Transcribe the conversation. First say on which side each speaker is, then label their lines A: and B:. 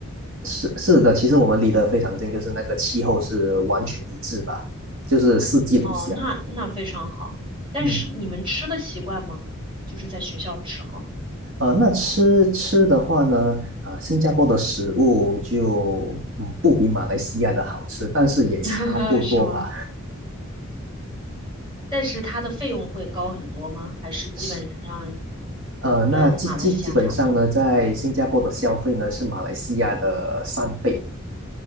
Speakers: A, on the right (about 65°); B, on the right (about 25°).
A: 是是的，其实我们离得非常近，就是那个气候是完全一致吧，就是四季如夏。
B: 哦，那那非常好。但是你们吃的习惯吗？
A: 嗯。
B: 就是在学校的时候，
A: 啊呃那吃吃的话呢，啊、新加坡的食物就嗯不比马来西亚的好吃，但是也差不多吧。
B: <laughs> 是吗？但是它的费用会高很多吗？还是基本上
A: 是，呃，那基基基本上呢，
B: 跟马来西亚差不多？
A: 在新加坡的消费呢是马来西亚的三倍。